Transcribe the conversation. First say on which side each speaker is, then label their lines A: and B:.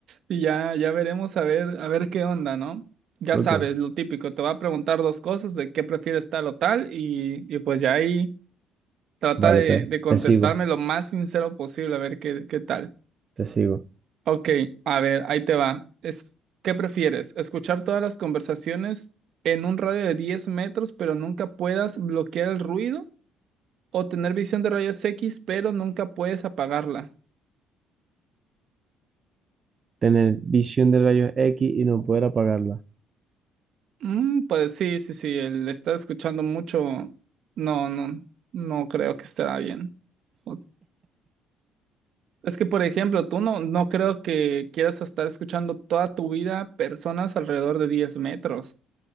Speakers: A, on the right; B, on the right.
A: Y ya, ya veremos a ver, a ver qué onda, ¿no? Ya
B: Ok,
A: sabes, lo típico, te va a preguntar dos cosas de qué prefieres tal o tal, y, y pues ya ahí. Trata
B: dale,
A: de,
B: pues,
A: de contestarme
B: te sigo,
A: lo más sincero posible, a ver qué, qué tal.
B: te sigo.
A: Ok, a ver, ahí te va. Es, ¿qué prefieres? ¿Escuchar todas las conversaciones en un radio de 10 metros, pero nunca puedas bloquear el ruido? ¿O tener visión de rayos X, pero nunca puedes apagarla?
B: Tener visión de rayos X y no poder apagarla.
A: Mm, pues sí, sí, sí, el estar escuchando mucho, no, no, no creo que estará bien. O- Es que, por ejemplo, tú no, no creo que quieras estar escuchando toda tu vida personas alrededor de 10 metros.